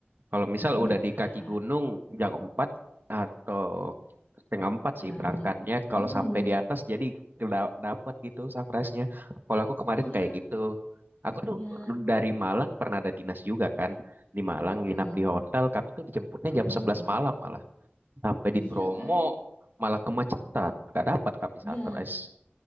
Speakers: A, on the right (about 55°); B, on the left (about 40°).
A: Kalau misal
B: iya
A: udah di
B: kak
A: kaki gunung jam 4 atau setengah 4
B: jam
A: sih berangkatnya. Kalau
B: "Mm-mm,
A: sampai di atas jadi da- dapet gitu sunrise-nya. Kalau aku kemarin
B: iya
A: kayak gitu. Aku tuh
B: iya
A: dari Malang pernah ada dinas juga kan. Di Malang
B: "Mm-mm,
A: nginap di hotel. Kami tuh dijemputnya
B: mm-mm,
A: jam sebelas
B: mm-mm,
A: malam malah. Sampai di
B: iya
A: Bromo
B: kan
A: malah kemacetan. Gak dapat kami sunrise.
B: iya